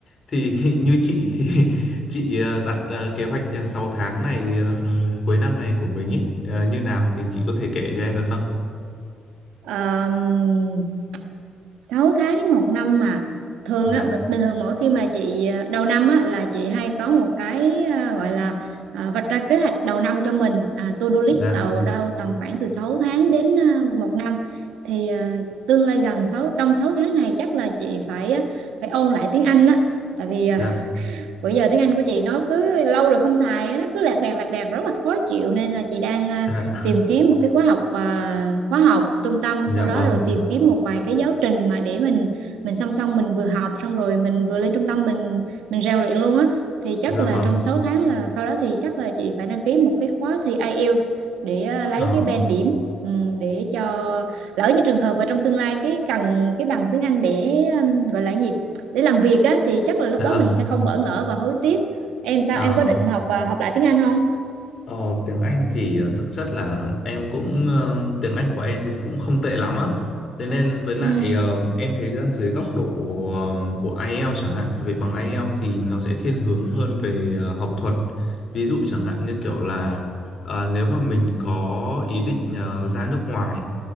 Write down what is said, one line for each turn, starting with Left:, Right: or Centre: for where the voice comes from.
Left: Thì <laughs> như chị thì <laughs> chị ờ, đặt ờ, kế hoạch ờ, 6 tháng này ờ, ừm, cuối năm này của mình ấy ờ, như nào thì chị có thể kể cho em được không?
Right: Um, 6 tháng đến một năm mà thường
Left: Dạ,
Right: á b- bình thường mỗi khi mà chị à, đầu năm á là chị hay có một cái à, gọi là à, vạch ra kế hoạch đầu năm cho mình à, to-do list
Left: dạ,
Right: đầu đâu tầm khoảng từ 6 tháng đến à, một năm thì à, tương lai gần 6 trong 6 tháng này chắc là chị phải à, phải ôn lại tiếng Anh á tại vì à,
Left: dạ,
Right: bữa giờ tiếng Anh của chị nó cứ lâu rồi không xài nó cứ lạc đàn lạc đàn rất là khó chịu nên là chị đang ờ,
Left: dạ,
Right: tìm kiếm một cái khóa học ờ, khóa học trung tâm
Left: dạ
Right: sau đó
Left: vâng,
Right: rồi tìm kiếm một vài cái giáo trình mà để mình mình song song mình vừa học xong rồi mình vừa lên trung tâm mình mình rèn luyện luôn á thì chắc
Left: dạ
Right: là
Left: vâng.
Right: trong 6 tháng là sau đó thì chắc là chị phải đăng ký một cái khóa thi IELTS để ờ, lấy
Left: Ờ,
Right: cái band điểm ừ, để cho lỡ như trường hợp mà trong tương lai cái cần cái bằng tiếng Anh để um, gọi là gì để làm việc á thì chắc là lúc
Left: dạ,
Right: đó mình sẽ không bỡ ngỡ và hối tiếc em sao
Left: ờ.
Right: em có định học và học lại tiếng Anh không
Left: Ờ, tiếng Anh thì ờ, thực chất là em cũng ờ, tiếng Anh của em thì cũng không tệ lắm á. Thế nên với lại
Right: ừ
Left: ờ, em thấy ra dưới góc độ ờ, của IELTS chẳng hạn, về bằng IELTS thì nó sẽ thiên hướng hơn về ờ, học thuật. Ví dụ chẳng hạn như kiểu là ờ, nếu mà mình có ý định ờ, ra nước ngoài